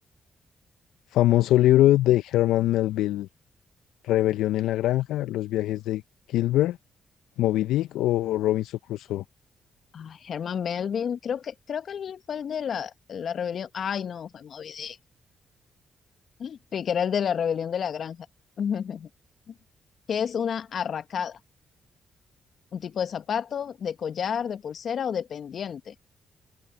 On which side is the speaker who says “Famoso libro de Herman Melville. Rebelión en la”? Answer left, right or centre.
Left